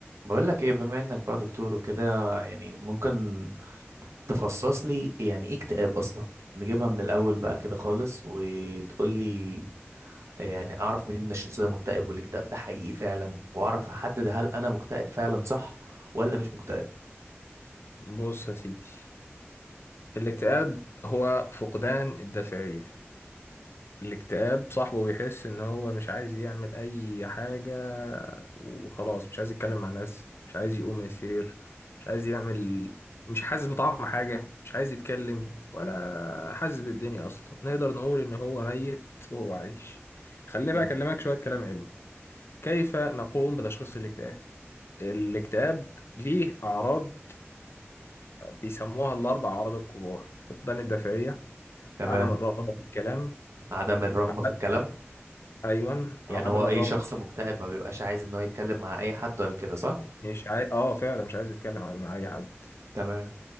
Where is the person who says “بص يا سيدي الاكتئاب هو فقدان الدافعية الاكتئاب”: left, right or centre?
Left